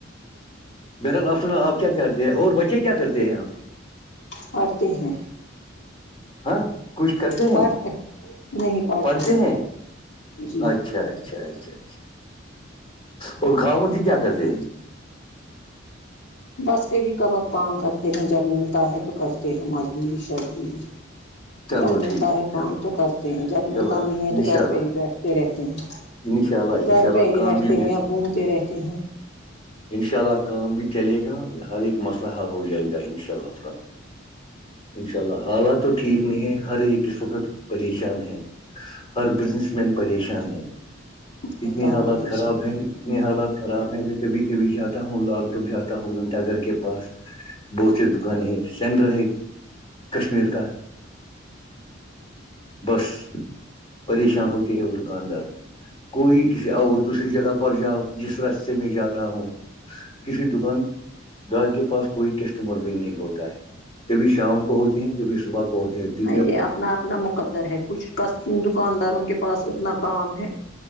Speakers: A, on the left (about 30°); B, on the left (about 60°).
A: بہرال آفنا آپ کیا کرتے ہیں اور بچے کیا کرتے ہیں آپ کی
B: پڑھتے ہیں
A: ہاں کچھ کرتے
B: پڑھتے
A: ہیں
B: نہیں پڑھ
A: پڑھتے
B: رہے
A: ہیں
B: جی
A: اچھا اچھا اچھا اچھا اور کھاؤ م جی کیا کرتےے
B: بس کبھی کبھار کام کرتے ہیں جب ملتا ہے تو کرتے ہیں مجدوری شزبوری
A: چلو
B: جب ملتا
A: ٹھیک
B: ہے
A: چلو
B: کام تو کرتے ہیں جب ملتا
A: چلو
B: نہیں ہے
A: انشاء
B: تو گھر
A: اللہ
B: پہ ہی بیٹھتے رہتے ہیں
A: انشاء اللہ انشاء
B: گھر
A: اللہ
B: پہ ہی
A: کام
B: رہتے
A: بھی
B: ہیں یا گھومتے رہتے ہیں
A: انشاء اللہ کام بھی چلے گا ہر ایک مسئلہ ح ہو جائے گا ان شاء اللہ الل ان شاء اللہ حالات تو ٹھیک نہیں ہے ہر ایک اس وقت پریشان ہے ہر بزنس مین پریشان ہیں
B: یہ
A: اتنی
B: کہاں
A: حالات
B: پریشان
A: خراب ہیں اتنے حالات خراب ہے میں کبھی کبھی جاتا ہوں لالٹوک جاتا ہوں گھنٹہ گھر کے پاس بہت سی دکانیں ہیں سینٹر ہے کشمیر کا بس پریشان ہوتے ہے وہ دکاندار کوئی کسی اور دوسری جگہ پر جاؤ جس راستے میں جا رہا ہوں کسی دکان گان کے پاس کوئی کسٹمر بھی نہیں ہوتا ہے کبھی شام کو ہوتے ہیں کبھی صبح کو ا جے جی
B: یہ اپنا اپنا قدر ہے کچھ ک دکانداروں کے پاس اتنا کام ہے